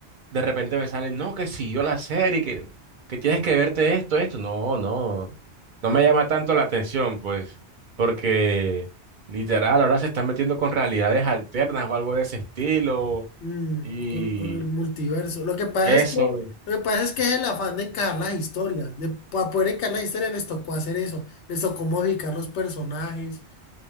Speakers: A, on the right; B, on the left.
A: de repente me sale, no, que siguió la serie, que, que tienes que verte esto, esto. No, no, no me llama tanto la atención, pues, porque literal, ahora se están metiendo con realidades alternas o algo de ese estilo.
B: Mm,
A: Y
B: con, con el multiverso. Lo que pasa
A: eso,
B: es que, lo que pasa es que es el afán de encajar las historias. De, para poder encajar las historias les tocó hacer eso. Les tocó modificar los personajes.